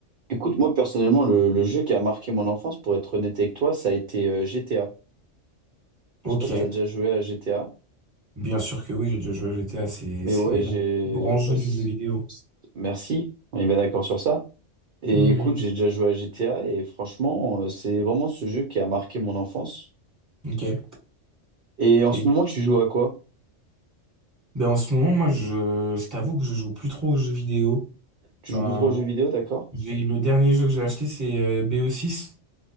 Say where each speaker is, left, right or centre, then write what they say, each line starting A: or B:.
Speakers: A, on the right (about 60°); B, on the right (about 15°).
A: Écoute, moi, personnellement, le, le jeu qui a marqué mon enfance, pour être honnête avec toi, ça a été euh, GTA.
B: Ok,
A: Je sais pas si t'as déjà joué à GTA,
B: bien sûr que oui, j'ai déjà joué à GTA, c'est,
A: mais
B: c'est
A: ouais, j'ai.
B: l'un des plus grands jeux
A: ouais, c'est-
B: du jeu vidéo.
A: c'est- Merci. On est bien d'accord sur ça. Et
B: Hmm,
A: écoute, j'ai déjà joué à GTA et franchement, euh, c'est vraiment ce jeu qui a marqué mon enfance.
B: ok.
A: Et en
B: Et
A: ce moment, tu joues à quoi?
B: ben, en ce moment, moi, je, je t'avoue que je joue plus trop aux jeux vidéo.
A: Tu
B: Enfin,
A: joues plus trop aux jeux vidéo, d'accord?
B: j'ai, le dernier jeu que j'ai acheté, c'est euh, BO6.